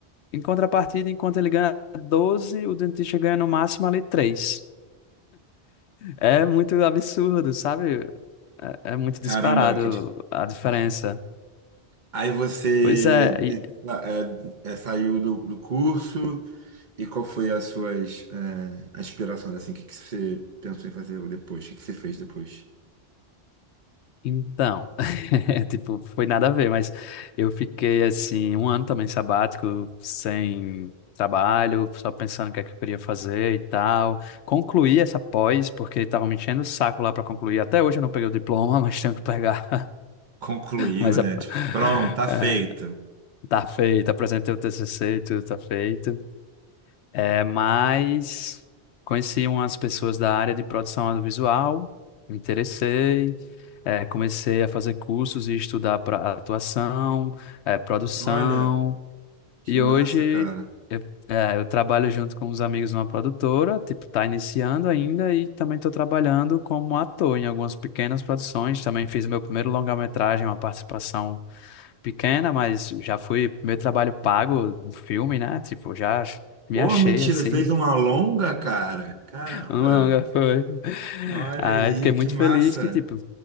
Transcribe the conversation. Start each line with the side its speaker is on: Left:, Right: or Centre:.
Left: em contrapartida, enquanto ele ganha 12, o dentista ganha no máximo ali 3. É muito absurdo, sabe? É, é muito disparado
Right: Caramba, que difícil.
Left: a diferença.
Right: Aí você
Left: Pois é,
Right: de-
Left: e
Right: tá, é, é, saiu do, do curso e qual foi as suas é, aspirações, assim, o que, que você pensou em fazer depois? O que, que você fez depois?
Left: Então, <laughs> tipo, foi nada a ver, mas eu fiquei assim, um ano também sabático, sem trabalho, só pensando o que é que eu queria fazer e tal. Concluí essa pós, porque estavam me enchendo o saco lá para concluir. Até hoje eu não peguei o diploma, <laughs> mas tenho que pegar.
Right: Concluiu,
Left: Mas
Right: né?
Left: a-
Right: Tipo,
Left: <laughs>
Right: pronto, tá feito.
Left: é, tá feito, apresentei o TCC, e tudo tá feito. É, mas conheci umas pessoas da área de produção audiovisual, me interessei, é, comecei a fazer cursos e estudar para atuação, é, produção,
Right: Olha, que
Left: e
Right: massa,
Left: hoje
Right: cara.
Left: eu, é, eu trabalho junto com uns amigos numa produtora, tipo, tá iniciando ainda, e também estou trabalhando como ator em algumas pequenas produções, também fiz meu primeiro longa-metragem, uma participação pequena, mas já fui, meu trabalho pago, um filme, né, tipo, já me
Right: Pô,
Left: achei
Right: mentira,
Left: assim.
Right: ele fez uma longa, cara. Caramba,
Left: Tão longa foi.
Right: olha
Left: Aí
Right: aí,
Left: fiquei muito
Right: que massa.
Left: feliz que, tipo,